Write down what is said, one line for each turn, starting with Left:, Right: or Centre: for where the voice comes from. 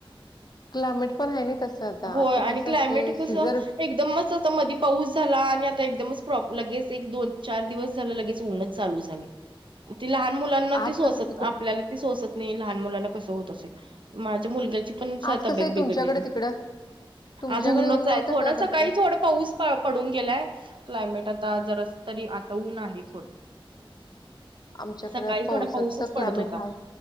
Left: क्लायमेट पण हाय न तसं. आता.
Right: होय.
Left: आता
Right: आणि
Left: कसं
Right: क्लायमेट
Left: असते
Right: तसं,
Left: सीझर
Right: एकदमच आता मधी पाऊस झाला आणि आता एकदमच प्रॉप लगेच एक, दोन -चार दिवस झालं, लगेच ऊनच चालू झाले. ती लहान मुलांना
Left: आज
Right: ती सोसत,
Left: कसं तिकड
Right: आपल्याला ती सोसत नाही. लहान मुलांना कसं होत असेल? माझ्या मुलग्याची पण
Left: आज
Right: स तब्येत
Left: कसं आहे
Right: बिघडलेली.
Left: तुमच्याकडे तिकडं? तुमच्याकडे
Right: आज ऊनचय.
Left: ऊन नाही कसं
Right: थोडं
Left: कसलं?
Right: सकाळी, थोडं पाऊस प पडून गेलाय. क्लायमेट आता जरा तरी, आता ऊन आहे थोडं. <inaudible>
Left: आमच्याकड,
Right: सकाळी
Left: पावसाचं
Right: थोडा पाऊसच पडत
Left: क्लायमेट
Right: होता
Left: हाय.